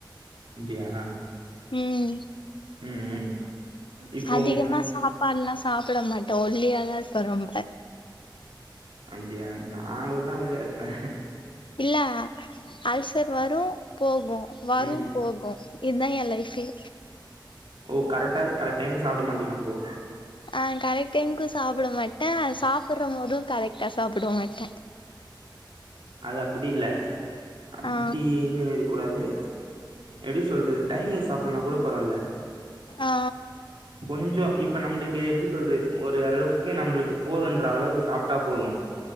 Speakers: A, on the right; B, on the left.
A: அப்படியா
B: ம்
A: ம் ம் இப்போ
B: அதிகமா சாப்பாடுல்லா சாப்பிட மாட்டே ஒல்லியாதா இருப்பே ரொம்ப
A: அப்டியா நானு கூட தா ஒல்லியா இருப்பே
B: இல்ல அல்சர் வரு போகு வரு
A: ம்
B: போகு இத என் லைஃபே
A: ஓ கரெக்டா கரெட் டைம்க்கு சாப்பட மாட்டிங்கப்போ
B: ஆ கரெக்ட் டைம்க்கு சாப்பட மாட்டே அது சாப்பற போது கரெக்டாக சாப்பிட மாட்டே
A: அது அப்டி இல்ல அப்டினு
B: ஆ
A: இருக்க கூடாது எப்டி சொல்றது டைமுக்கு சாப்படலனா கூட பரவாயல
B: ஆ
A: கொஞ்சோ இப்ப நம்மளுக்கு எப்டி சொல்றது ஒரு ஓ அரளவுக்கு நம்மளுக்கு போதுன்ற அளவுக்கு சாப்பிட்டா போது